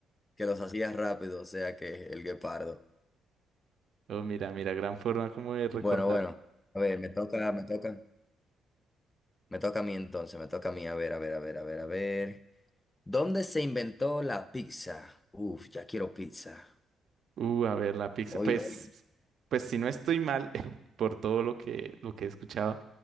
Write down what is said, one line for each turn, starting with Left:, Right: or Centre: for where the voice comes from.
Left: que los hacías rápido, o sea que el guepardo.
Right: Oh, mira, mira, gran forma como de recordar.
Left: Bueno, bueno, a ver, me toca, me toca, me toca a mí entonces, me toca a mí, a ver, a ver, a ver, a ver, a ver. ¿Dónde se inventó la pizza? Uf, ya quiero pizza.
Right: Uh, a ver, la pizza.
Left: Hoy,
Right: Pues,
Left: hoy,
Right: pues si no estoy mal <laughs> por todo lo que, lo que he escuchado,